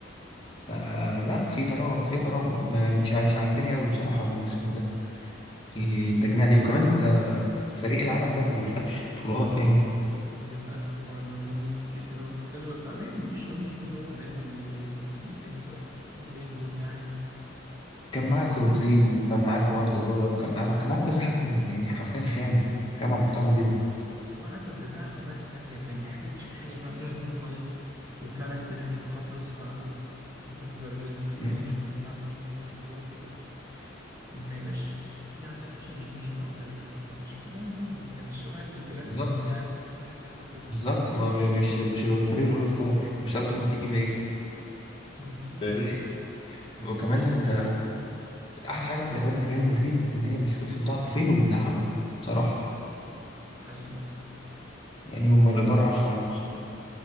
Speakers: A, on the left; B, on the right.
A: فلا في تراجع في تراجع ما- مش ع- مش عاجباني قوي بصراحة الاسم ده التجميع دي وكمان انت فريق العالم ده ما بيكسبش بطولات يعني
B: للأسف اه لو في نجوم كتير كده بس اكسجر بس على فكرة مفيش نجوم كتير هو مبابي وفينيسيوس مين تاني طيب؟ مين تاني موجود ده عالي؟
A: كان معاك
B: فال-
A: رودريجو وكان معاك واردا جولر وكان معاك كان معاك كذا حد من- يعني حرفيا خامة خامة محترمة جدا
B: ماشي بس هو حتى الدفاع عندنا رايح في داهية فيعني حاجة بتشيل حاجة يكون عندنا هجوم كويس ودفاع رايح في داهية وخط نص معقول نلعب فالفيردي بقى
A: مم.
B: ونشوف نلعب بمين تاني بس هو الفكرة ما يبقاش في عندك ماشي نجمين أو ثلاثة بس مش كلها نجوم ما كانش شبه الجلاكتيكوس
A: بالظبط
B: يعني حاجة انت الفترة دي
A: بالظبط
B: كان فيها
A: ما م- مش مش اللي هو فريق الاول ستار مش التيم تيم ايه
B: <laughs> بالظبط
A: فاهمني؟ وكمان
B: وياجوز
A: انت احلى حاجة في إدارة ريال مدريد ان هي بتشوف الضعف فين وبتدعمه بصراحة
B: حقيقي
A: يعني هما
B: لو
A: الإدارة 10 على 10